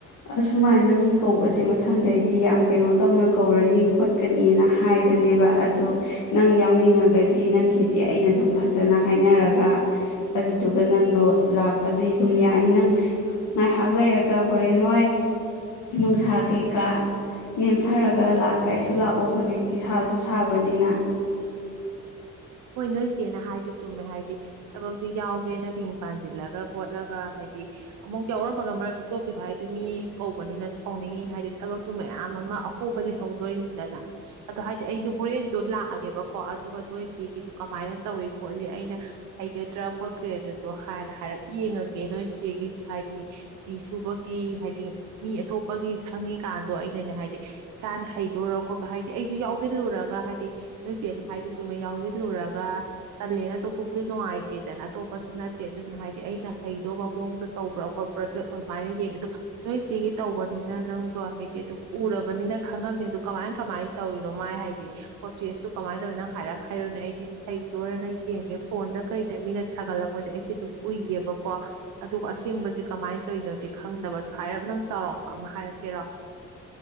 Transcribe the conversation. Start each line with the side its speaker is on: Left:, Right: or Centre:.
Left: ꯑꯁꯨꯃꯥꯏꯅ ꯃꯤ ꯀꯧꯕꯁꯦ ꯃꯊꯪꯗꯩꯗꯤ ꯌꯥꯝ ꯀꯩꯅꯣ ꯇꯧꯅ ꯀꯧꯔꯅꯤ ꯈꯣꯠꯀꯅꯤꯅ ꯍꯥꯏꯕꯅꯦꯕ ꯑꯗꯨꯗ ꯅꯪ ꯌꯥꯎꯅꯤꯡꯉꯒꯗꯤ ꯅꯪꯒꯤꯗꯤ ꯑꯩꯅ ꯑꯗꯨꯝ ꯐꯖꯅ ꯍꯥꯏꯅꯔꯒ ꯑꯗꯨꯗꯨꯒ ꯅꯪꯗꯣ ꯂꯥꯛꯄꯗꯤ ꯑꯗꯨꯝ ꯌꯥꯅꯤ ꯅꯪ ꯉꯥꯏꯍꯥꯛ ꯂꯩꯔꯒ ꯍꯣꯔꯦꯟ ꯋꯥꯏ ꯅꯨꯡꯁꯥ ꯀꯩꯀꯥ ꯅꯦꯝꯊꯔꯒ ꯂꯥꯛ ꯀꯥꯏꯁꯨ ꯂꯥꯛꯑꯣ ꯍꯧꯖꯤꯛꯇꯤ ꯁꯥꯁꯨ ꯁꯥꯕꯅꯤꯅ
Right: ꯍꯣꯏ ꯅꯣꯏ ꯏꯆꯦꯅ ꯍꯥꯏꯗꯤ ꯆꯨꯝꯃꯦ ꯍꯥꯏꯗꯤ ꯊꯕꯛꯁꯤ ꯌꯥꯎꯒꯦꯅ ꯃꯤꯡ ꯄꯥꯟꯁꯤꯜꯂꯒ ꯈꯣꯠꯂꯒ ꯍꯥꯏꯗꯤ ꯑꯃꯨꯛ ꯌꯥꯎꯔꯝꯃꯒ ꯃꯔꯛꯇ ꯇꯣꯛꯈꯤꯕ ꯍꯥꯏꯗꯨ ꯃꯤ ꯀꯧꯕꯅꯤꯅ ꯁꯥꯎꯅꯤꯡꯉꯤꯅ ꯍꯥꯏꯗꯤ ꯊꯕꯛꯇꯨ ꯃꯌꯥꯝ ꯑꯃ ꯑꯍꯣꯕ ꯂꯩꯍꯧꯗꯣꯔꯤꯅꯤꯗꯅ ꯑꯗꯣ ꯍꯥꯏꯗꯤ ꯑꯩꯁꯨ ꯍꯣꯔꯦꯟꯗꯣ ꯂꯥꯛꯑꯒꯦꯕꯀꯣ ꯑꯗꯨꯒ ꯅꯣꯏꯁꯤ ꯁꯨ ꯀꯃꯥꯏꯅ ꯇꯧꯏꯤ ꯈꯣꯠꯂꯤ ꯑꯩꯅ ꯍꯩꯒꯗ꯭ꯔꯥ ꯈꯣꯠꯀ꯭ꯔꯦ ꯑꯗꯨꯗꯣ ꯍꯥꯏꯅ ꯍꯥꯏꯔꯞ ꯌꯦꯡꯉꯒꯦ ꯅꯣꯏ ꯆꯦꯒꯤ ꯍꯥꯏꯗꯤ ꯐꯤ ꯁꯨꯕꯒꯤ ꯍꯥꯏꯗꯤ ꯃꯤ ꯑꯇꯣꯞꯄꯒꯤ ꯁꯪꯉꯤꯀꯥꯟꯗꯣ ꯑꯩꯅꯅꯦ ꯍꯥꯏꯗꯤ ꯏꯁꯥꯅ ꯍꯩꯗꯣꯔꯣ ꯈꯣꯠꯄ ꯍꯥꯏꯗꯤ ꯑꯩꯁꯨ ꯌꯥꯎꯁꯤꯜꯂꯨꯔꯒ ꯍꯥꯏꯗꯤ ꯅꯣꯏ ꯏꯆꯦꯅ ꯍꯥꯏꯗꯤ ꯆꯨꯝꯃꯦꯩ ꯌꯥꯎ ꯜꯂꯨꯔꯒ ꯇꯜꯂꯦꯅ ꯇꯣꯛꯊꯣꯛꯄꯗꯤ ꯅꯨꯡꯉꯥꯏꯇꯦꯗꯅ ꯑꯇꯣꯞꯄꯁꯨ ꯅꯠꯇꯦ ꯑꯗꯨꯅ ꯍꯥꯏꯗꯤ ꯑꯩꯅ ꯍꯩꯗꯧꯕ ꯃꯑꯣꯡꯗ ꯇꯧꯕ꯭ꯔꯥ ꯈꯣꯠꯄ꯭ꯔꯥꯗ ꯑꯗꯨꯃꯥꯏꯅ ꯌꯦꯡꯉ ꯑꯗꯣ ꯅꯣꯏ ꯏ ꯁꯤꯦꯒꯤ ꯇꯧꯕꯅꯤꯅ ꯅꯪꯁꯨ ꯍꯥꯏꯗꯤ ꯑꯗꯨꯝ ꯎꯔꯕꯅꯤꯅ ꯈꯪꯉꯝꯃꯦ ꯑꯗꯨ ꯀꯃꯥꯏ ꯀꯃꯥꯏꯅ ꯇꯧꯔꯤꯅꯣ ꯃꯥꯏ ꯍꯥꯏꯗꯤ ꯄ꯭ꯔꯣꯁꯦꯁꯇꯨ ꯀꯃꯥꯏꯅ ꯇꯧꯋꯤ ꯅꯪ ꯍꯥꯏꯔ ꯍꯥꯏꯔꯣꯅꯦ ꯑꯩꯗꯤ ꯍꯩꯗꯣꯔꯅ ꯌꯦꯡꯒꯦ ꯐꯣꯟꯗ ꯀꯩꯗ ꯃꯤꯅ ꯊꯥꯒꯠꯂꯛꯄꯗ ꯑꯩꯁꯦ ꯑꯗꯨꯝ ꯎꯏꯒꯦꯕꯀꯣ ꯑꯗꯨꯒ ꯑꯁꯦꯡꯕꯁꯦ ꯀꯃꯥꯏꯅ ꯇꯧꯔꯤꯅꯣꯗꯤ ꯈꯪꯗꯕ ꯑꯗꯣ ꯍꯥꯏꯔꯞ ꯅꯪ ꯆꯥꯎꯔꯥꯛꯄ ꯑꯃ ꯍꯥꯏꯔꯛꯀꯦꯔꯣ